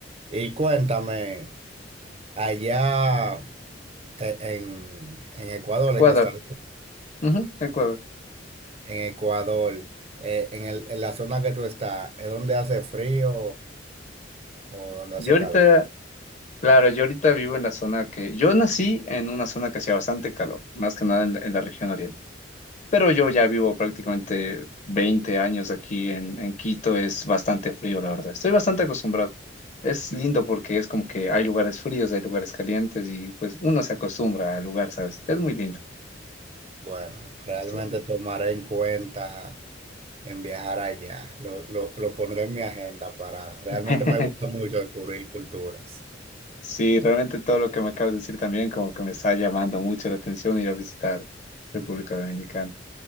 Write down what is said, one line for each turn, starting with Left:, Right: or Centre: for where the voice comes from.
Right: Y cuéntame, allá e- en, en Ecuador,
Left: Ecuador.
Right: es que estás?
Left: Ujú, Ecuador.
Right: En Ecuador, eh, en el, en la zona que tú estás, ¿es donde hace frío? o donde
Left: Yo
Right: hace
Left: ahorita,
Right: calor.
Left: claro, yo ahorita vivo en la zona que, yo nací en una zona que hacía bastante calor, más que nada en, en la región oriental. Pero yo ya vivo prácticamente 20 años aquí en, en Quito, es bastante frío, la verdad. Estoy bastante acostumbrado. Es lindo porque es como que hay lugares fríos, hay lugares calientes y pues uno se acostumbra al lugar, ¿sabes? Es muy lindo.
Right: Bueno, realmente
Left: So-
Right: tomaré en cuenta en viajar allá. Lo, lo, lo pondré en mi agenda para... Realmente
Left: <laughs>
Right: me gusta mucho descubrir culturas.
Left: Sí, realmente todo lo que me acabas de decir también como que me está llamando mucho la atención ir a visitar República
Right: Ujú.
Left: Dominicana.